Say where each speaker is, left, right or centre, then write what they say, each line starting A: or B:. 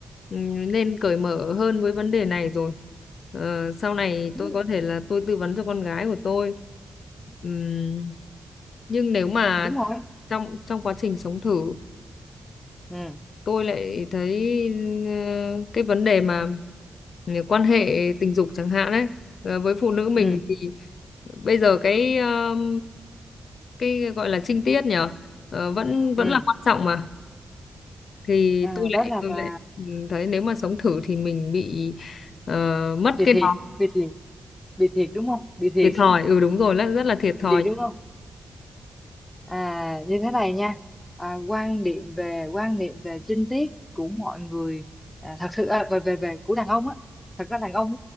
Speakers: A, on the left; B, on the left.
A: ừm, nên cởi mở hơn với vấn đề này rồi. Ờ, sau này
B: đúng,
A: tôi có thể là tôi tư vấn cho con gái của tôi. Ừm, nhưng nếu mà
B: đúng rồi
A: trong trong quá trình sống thử
B: ừ
A: tôi lại thấy ờ, cái vấn đề mà ừ, quan hệ tình dục chẳng hạn đấy ờ, với phụ nữ mình
B: ừ
A: thì bây giờ cái um, cái gọi là trinh tiết nhở ờ, vẫn vẫn
B: ừ
A: là quan trọng mà thì
B: à,
A: tôi lại
B: đó là
A: tôi
B: bà
A: lại ừ, thấy nếu mà sống thử thì mình bị ờ, mất
B: bị
A: cái
B: thiệt
A: đó
B: bị thiệt bị thiệt đúng không bị thiệt
A: thiệt thòi
B: <laughs>
A: ừ đúng rồi là rất là thiệt thòi
B: bị thiệt đúng không À, như thế này nha à, quan điểm về quan niệm về chinh tiết của mọi người à, thật sự à, về về về của đàn ông á thật ra đàn ông